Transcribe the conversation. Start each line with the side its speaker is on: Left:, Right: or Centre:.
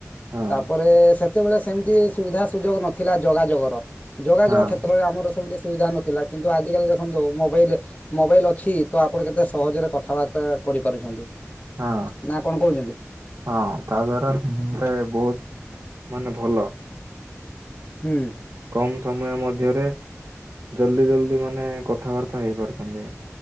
Right: ହଁ
Left: ତାପରେ ସେ ସେତେବେଳେ ସେମିତି ସୁବିଧା ସୁଯୋଗ ନଥିଲା ଯୋଗାଯୋଗ ର ଯୋଗାଯୋଗ
Right: ହଁ
Left: କ୍ଷେତ୍ରରେ ଆମର ସେମିତି ସୁବିଧା ନଥିଲା କିନ୍ତୁ ଆଜିକାଲି ଦେଖନ୍ତୁ। ମୋବାଇଲ ମୋବାଇଲ ଅଛି ତ ଆପଣ କେତେ ସହଜରେ କଥାବାର୍ତ୍ତା କରିପାରୁଛନ୍ତି।
Right: ହଁ
Left: ନା କଣ କହୁଛନ୍ତି
Right: ହଁ ତା ଦ୍ଵାରା ଗୋଟେ ବହୁତ୍ ମାନେ ଭଲ।
Left: ହୁଁ।
Right: କମ୍ ସମୟ ମଧ୍ୟରେ ଜଲଦି ଜଲଦି ମାନେ କଥାବାର୍ତ୍ତା ହେଇପାରୁଛନ୍ତି।